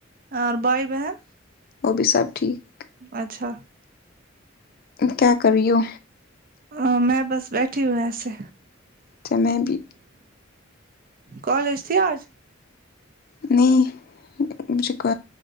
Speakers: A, on the right; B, on the left.
A: اور بھائی بہن
B: وہ بھی سب ٹھیک
A: اچھا
B: اب کیا کری ہو
A: ا میں بس بیٹھی ہوں ایسے
B: تو میں بھی
A: کالج تھی آج
B: نہیں مجھے کو